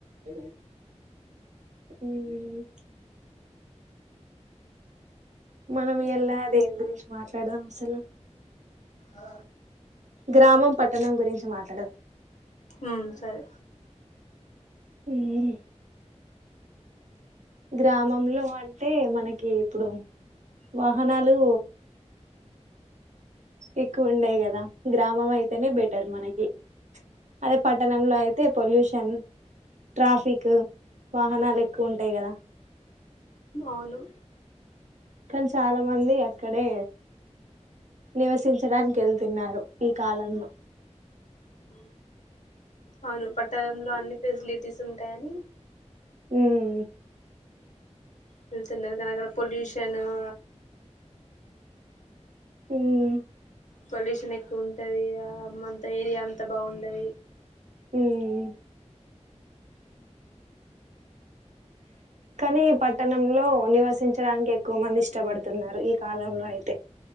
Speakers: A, on the right; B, on the left.
A: ఉహ్ ఉమ్ మనం ఇయల దేని గురించి మాట్లాడదాం అసలు
B: ఆ
A: గ్రామం పట్టణం గురించి మాట్
B: ఉమ్ సరే
A: ఉమ్ గ్రామంలో అంటే మనకి ఇప్పుడు వాహనాలు ఎక్కువ ఉండయ్ కదా గ్రామం అయితేనే బెటర్ మనకి, ఆ పట్టణంలో అయితే పొల్యూషన్ ట్రాఫిక్ వాహనాలు ఎక్కువ ఉంటాయ్ కదా.
B: అవును
A: కానీ చాలా మంది అక్కడే నివసించడానికి ఎల్తున్నారు ఈ కాలంలో
B: ఉమ్ అవును పట్టణంలో అన్ని ఫెసిలిటీస్ ఉంటాయని
A: ఉమ్
B: వెళ్తున్నారు కనీ అక్కడ పొల్యూషన్ ఆ
A: ఉమ్
B: పొల్యూషన్ ఎక్కువుంటది ఆ అంత ఏరియా అంతా బాగుండది.
A: ఉమ్ కానీ పట్టణంలో నివసించడానికి ఎక్కువ మంది ఇష్టపడుతున్నారు ఈ కాలంలో అయితే.